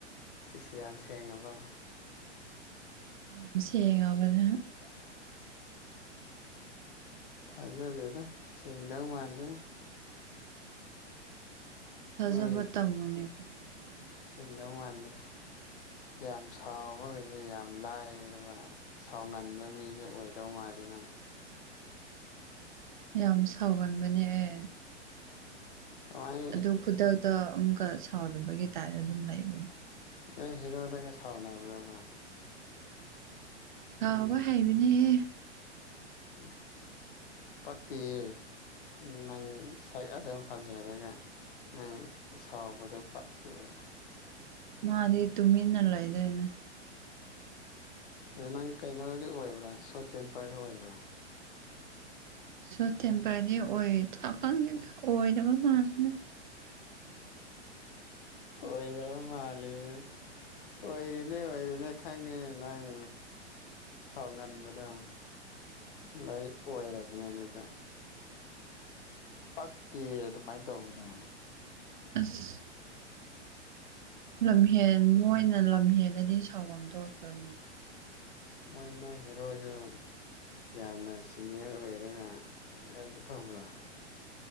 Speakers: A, on the left; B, on the right.
A: ꯁꯤꯁ ꯌꯥꯝ ꯁꯦꯡꯉꯕꯣ
B: ꯌꯥꯝ ꯁꯦꯡꯉꯕꯅꯦ
A: ꯊꯥꯖꯗꯦꯗꯥ ꯁꯦꯡꯗꯧ ꯃꯥꯟꯗꯦ
B: ꯊꯥꯖꯕ
A: ꯃꯤ
B: ꯇꯝꯃꯨꯅꯦ ꯀꯩꯅꯣ
A: ꯁꯦꯡꯗꯧ ꯃꯥꯟꯗꯦ ꯌꯥꯝ ꯁꯥꯎꯕꯒꯩꯖꯦ ꯌꯥꯝ ꯂꯥꯏꯔꯕ ꯁꯥꯎꯒꯟꯕ ꯃꯤꯁꯨ ꯑꯣꯏꯗꯧ ꯃꯥꯜꯂꯦ ꯅꯪ
B: ꯌꯥꯝ ꯁꯥꯎꯒꯟꯕꯅꯦ ꯑꯩ
A: ꯀꯃꯥꯏ
B: ꯑꯗꯨ ꯈꯨꯗꯛꯇ ꯑꯃꯨꯛꯀ ꯁꯥꯎꯗꯕꯒꯤ ꯇꯥꯏꯞꯅ ꯑꯗꯨꯝ ꯂꯩꯕꯅꯦ
A: ꯅꯣꯏ ꯍꯦꯔꯣꯗꯒ ꯁꯥꯎꯅꯕ꯭ꯔꯥ ꯕꯥ
B: ꯁꯥꯎꯕ ꯍꯩꯕꯅꯦꯍꯦ
A: ꯍꯨꯝ ꯄꯛꯇꯦꯌꯦ ꯅꯪ ꯁꯛ ꯑꯗꯨꯝ ꯐꯖꯔꯒ ꯅꯪ ꯁꯥꯎꯕꯗꯣ ꯄꯛꯇꯦꯕ
B: ꯃꯥꯗꯤ ꯇꯨꯃꯤꯟꯅ ꯂꯩꯗꯣꯏꯅꯦ
A: ꯑꯦ ꯅꯪ ꯀꯩꯅꯣꯗꯤ ꯑꯣꯏꯕ꯭ꯔꯥ ꯁꯣꯔꯠ ꯇꯦꯝꯄꯔꯖꯨ ꯑꯣꯏꯕ꯭ꯔꯣ
B: ꯁꯣꯔꯠ ꯇꯦꯝꯄꯔꯗꯤ ꯑꯣꯏ ꯊꯀꯟꯗꯦꯗ ꯑꯣꯏꯗꯕ ꯃꯥꯜꯂꯦꯗ
A: ꯑꯣꯏꯗꯕ ꯃꯥꯜꯂꯦꯌꯦ ꯑꯣꯏꯔꯤꯅꯦ ꯑꯣꯏꯔꯤꯅꯦ ꯈꯪꯉꯦ ꯅꯪ ꯁꯥꯎꯒꯟꯕꯗꯣ ꯂꯣꯏ ꯑꯣꯏꯔꯕꯅꯦ ꯑꯗꯨꯗ ꯄꯛꯇꯦꯑꯦ ꯑꯗꯨꯃꯥꯏꯟ ꯇꯧꯒꯅꯣ
B: ꯑꯁ ꯂꯝꯍꯦꯟ ꯃꯣꯏꯅ ꯂꯝꯍꯦꯜꯂꯗꯤ ꯁꯥꯎꯕꯝ ꯊꯣꯛꯇ꯭ꯔꯣꯅꯦ
A: ꯃꯣꯏ ꯅꯣꯢ ꯍꯦꯔꯣꯖꯨ ꯌꯥꯝꯅ ꯁꯤꯅꯤꯌꯔ ꯑꯣꯏꯔꯒ ꯀꯩꯅꯣ ꯇꯧꯕ꯭ꯔꯥ